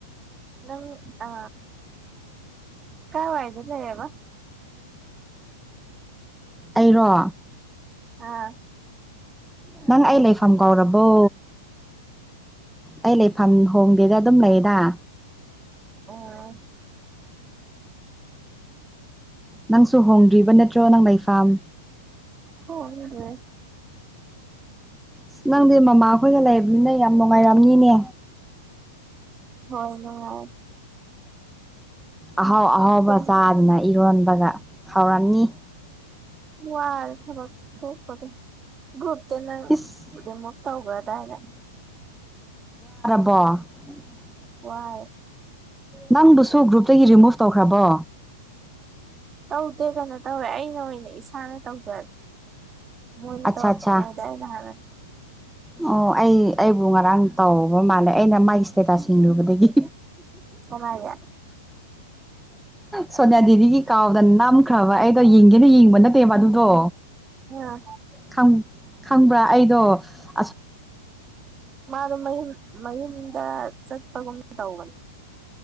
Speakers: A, on the right; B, in the centre.
A: ꯅꯪ ꯑ ꯀꯥꯏ ꯋꯥꯏꯗꯦ ꯂꯩꯌꯦꯕ
B: ꯑꯩꯔꯣ
A: ꯑꯥ
B: ꯅꯪ ꯑꯩ ꯂꯩꯐꯝ ꯀꯧꯔꯕꯣ ꯑꯩ ꯂꯩꯐꯝ ꯍꯣꯡꯗꯦꯗ ꯑꯗꯨꯝ ꯂꯩꯗ
A: ꯑꯣ
B: ꯅꯪꯁꯨ ꯍꯣꯡꯗ꯭ꯔꯤꯕ ꯅꯠꯇ꯭ꯔꯣ ꯅꯪ ꯂꯩꯐꯝꯥꯝ
A: ꯍ ꯑꯗꯨꯦ
B: ꯁ ꯅꯪꯗꯤ ꯃꯃꯥꯍꯈꯣꯏꯅ ꯂꯩꯕꯅꯤꯅ ꯌꯥꯝ ꯅꯨꯡꯉꯥꯏꯔꯝꯅꯤꯅꯦ
A: ꯍꯣꯏ
B: ꯑꯍꯥꯎ ꯑꯍꯥꯎꯕ
A: ꯇꯨꯝ
B: ꯆꯥꯗꯨꯅ ꯏꯔꯣꯟꯕꯒ ꯍꯧꯔꯝꯅꯤ
A: ꯋꯥꯔ ꯊꯕ ꯊ ꯐ꯭ꯔꯨꯞ ꯅ
B: ꯏꯁ
A: ꯔꯤꯃꯨꯕ ꯇꯧꯒꯗ ꯍꯥꯏꯅ
B: <unintelligible>
A: ꯋꯥꯏ
B: ꯅꯪꯗꯨꯁꯨ ꯒ꯭ꯔꯨꯞꯇꯒꯤ ꯔꯤꯃꯨꯚ ꯇꯧꯈ꯭ꯔꯕꯣ
A: ꯇꯧꯗꯦ ꯀꯩꯅꯣ ꯇꯧꯋꯦ ꯑꯩꯅ ꯑꯣꯏꯅ ꯏꯁꯥꯅ ꯇꯧꯖꯔꯦ ꯃꯣꯏꯅꯤ
B: ꯑꯠꯆꯥ
A: ꯇ ꯍꯧꯆ
B: ꯑꯠꯆꯥ
A: ꯉꯗꯏꯅ ꯍꯔ
B: ꯑꯣ ꯑꯩ ꯑꯩꯕꯨ ꯉꯔꯥꯡ ꯇꯥꯎꯕ ꯃꯥꯜꯂꯦ ꯑꯩꯅ ꯃꯥꯒꯤ ꯏꯁꯇꯦꯇꯥꯁꯁꯤꯡ ꯂꯨꯕꯗꯒꯤ
A: ꯀꯅꯥꯒꯤ
B: ꯁꯣꯅꯌꯥ ꯗꯤꯒꯤ ꯀꯥꯝ ꯑꯗ ꯅꯝꯈ꯭ꯔꯕ ꯑꯩꯗꯣ ꯌꯦꯡꯒꯦꯅ ꯌꯦꯡꯕ ꯅꯠꯇꯦꯕ ꯑꯗꯨꯗꯣ
A: ꯑꯥ
B: ꯈꯪ ꯈꯪꯕ꯭ꯔꯥ ꯑꯩꯗꯣ ꯑ
A: ꯃꯥꯗꯣ ꯃꯌꯨꯝ ꯃꯌꯨꯝꯗ ꯆꯠꯄꯒꯨꯝ ꯇꯧꯕꯅꯤ